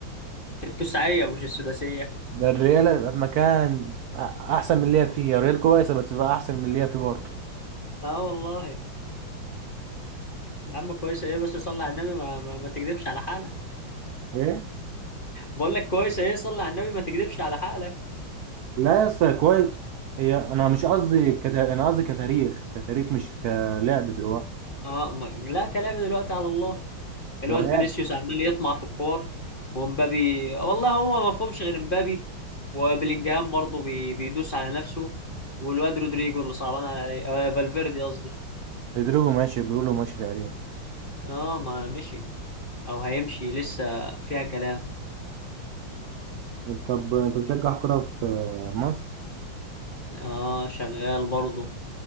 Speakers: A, on the left; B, on the right.
A: التسعية مش السداسية
B: ده الريال هيبقى في مكان أ- احسن من اللي هي فيه الريال كويسه بس بقى احسن من اللي هي فيه برضه
A: اه والله يا عم كويسة ايه بس صلي على النبي ما, ما, ما تكذبش على حالك
B: ايه
A: بقول لك كويسة ايه صلي على النبي ما تكذبش على حالك
B: لا يا اسطى كويس هي انا مش قصدي كت... انا قصدي كتاريخ كتاريخ مش كلاعب دلوقتي
A: اه ما... لا كلام دلوقتي على الله الواد
B: هو يعني
A: فينيسيوس عمال يطمع في الكور ومبابي والله هو ما فهمش غير مبابي وبلينجهام برضه بي... بيدوس على نفسه والواد رودريجو اللي صعبان على آه فالفيردي قصدي
B: رودريجو ماشي بيقولوا ماشي تقريبا
A: اه ما مشي او هيمشي لسه فيها كلام
B: طب انت بتشجع كرة في مصر
A: اه شغال برضه